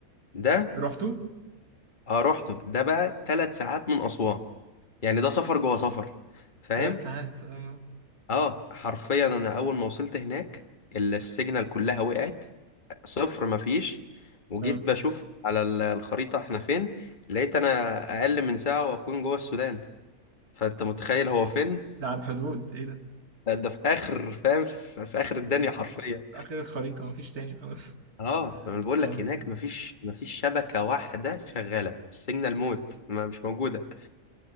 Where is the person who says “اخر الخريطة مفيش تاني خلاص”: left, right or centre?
Right